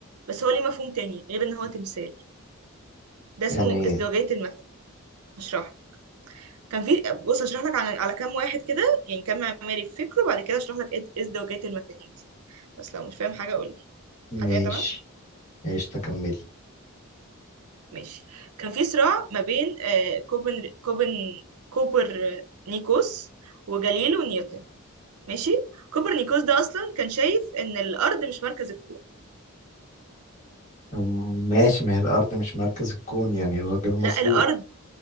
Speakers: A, on the right (about 85°); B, on the left (about 35°).
A: بس هو ليه مفهوم تاني غير إن هو تمثال ده اسمه
B: يعني
A: ازدواجية المفاهيم هشرحه كان في بص اشرح لك على على كام واحد كده يعني كام معماري في فكره وبعد كده اشرح لك ايه ازدواجية المفاهيم دي بس لو مش فاهم حاجه قول لي
B: ماشي
A: لحد هنا تمام
B: قشطة كملي
A: ماشي كان في صراع ما بين آه، كوبن كوبن كوبر نيكوس وجاليليو نيوتن ماشي كوبرنيكوس ده اصلا كان شايف ان الارض مش مركز الكون
B: أم- ماشي ما هي الأرض مش مركز الكون يعني الراجل مظبوط
A: لا الارض